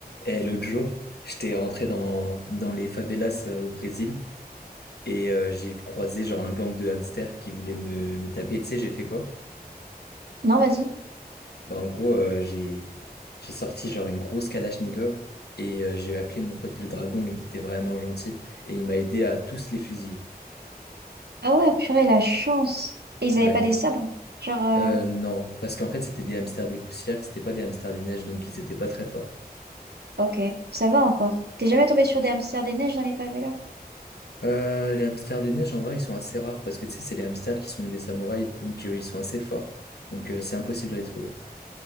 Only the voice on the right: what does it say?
Non, vas-y.
Ah ouais, purée, la chance. Et ils
avaient pas des sabres. Genre, euh,
ok, ça va encore. T'es jamais tombé sur des hamsters des neiges dans les favelas?